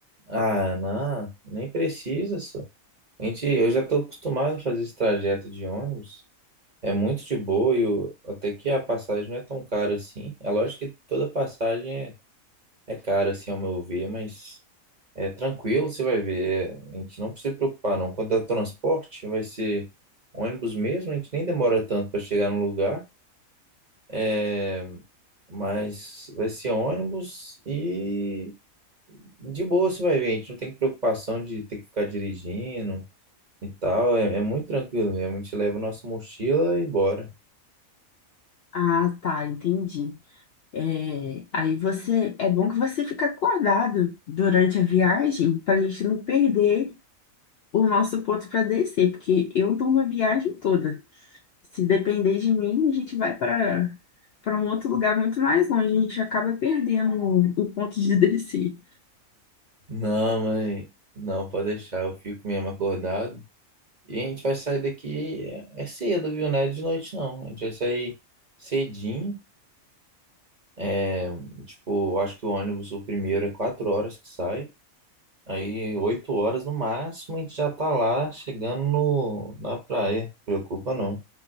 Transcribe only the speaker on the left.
Ah, tá, entendi. É, aí você, é bom que você fica acordado durante a viagem para a gente não perder o nosso ponto para descer, porque eu durmo a viagem toda. Se depender de mim, a gente vai para para um outro lugar muito mais longe, a gente acaba perdendo o, o ponto de <laughs> descer.